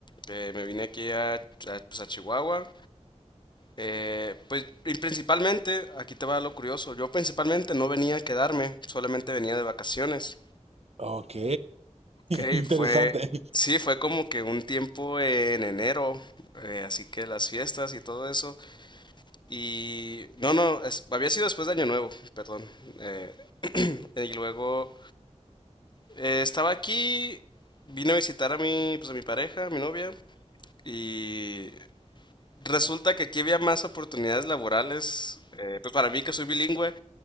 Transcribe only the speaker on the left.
Eh, me vine aquí a, a, pues, a Chihuahua. Eh, pues y principalmente, aquí te va lo curioso, yo principalmente no venía a quedarme, solamente venía de vacaciones.
Ok,
fue, sí, fue como que un tiempo en enero, eh, así que las fiestas y todo eso. Y no, no, es- había sido después de Año Nuevo, perdón. eh, y luego eh, estaba aquí, vine a visitar a mi, pues a mi pareja, a mi novia, y resulta que aquí había más oportunidades laborales, eh, pues para mí que soy bilingüe.